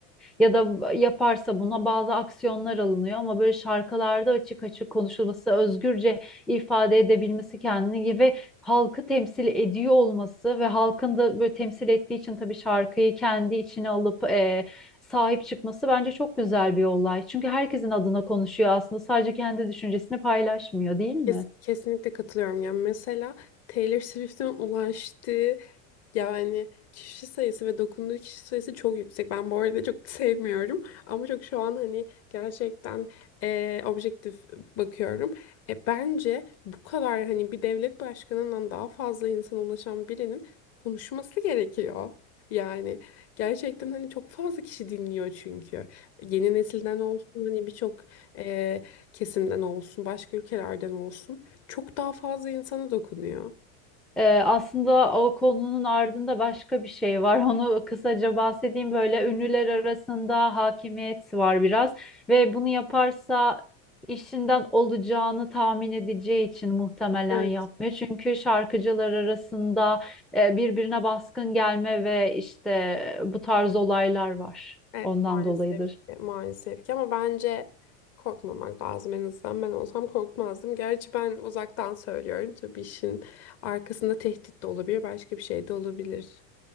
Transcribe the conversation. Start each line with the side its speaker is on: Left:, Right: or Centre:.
Centre: ya da yaparsa buna bazı aksiyonlar alınıyor ama böyle şarkılarda açık açık konuşulması, özgürce ifade edebilmesi kendini gibi halkı temsil ediyor olması ve halkın da böyle temsil ettiği için tabii şarkıyı kendi içine alıp sahip çıkması bence çok güzel bir olay. Çünkü herkesin adına konuşuyor aslında sadece kendi düşüncesini paylaşmıyor değil mi?
Left: Kes- kesinlikle katılıyorum. Yani mesela Taylor Swift'in ulaştığı Yani kişi sayısı ve dokunduğu kişi sayısı çok yüksek. Ben bu arada çok <laughs> sevmiyorum. Ama çok şu an hani gerçekten eee, objektif bakıyorum. E, bence bu kadar hani bir devlet başkanından daha fazla insana ulaşan birinin konuşması gerekiyor. Yani gerçekten hani çok fazla kişi dinliyor çünkü. Yeni nesilden olsun hani birçok eee, kesimden olsun başka ülkelerden olsun çok daha fazla insana dokunuyor.
Centre: Ee, aslında o konunun ardında başka bir şey var. <laughs> Onu kısaca bahsedeyim. Böyle ünlüler arasında hakimiyet var biraz ve bunu yaparsa işinden olacağını tahmin edeceği için muhtemelen
Left: Evet.
Centre: yapmıyor. Çünkü şarkıcılar arasında e, birbirine baskın gelme ve işte bu tarz olaylar var.
Left: Evet
Centre: Ondan
Left: maalesef
Centre: dolayıdır.
Left: ki maalesef ki ama bence korkmamak lazım en azından ben olsam korkmazdım. Gerçi ben uzaktan söylüyorum tabii işin arkasında tehdit de olabilir başka bir şey de olabilir.